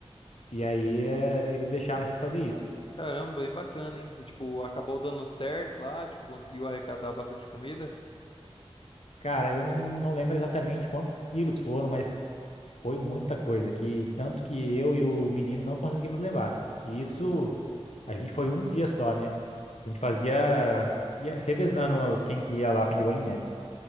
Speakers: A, on the left; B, on the left.
A: E aí eh, eles deixaram a gente fazer isso.
B: Caramba, bem bacana, hein? E, tipo, acabou dando certo lá, tipo, conseguiu arrecadar bastante comida.
A: Cara, eu não, não lembro exatamente quantos quilos foram, mas foi muita coisa, que tanto que eu e o menino não conseguimos levar. E isso a gente foi um dia só, né? A gente fazia, ia revezando quem que ia lá pedir o alimento.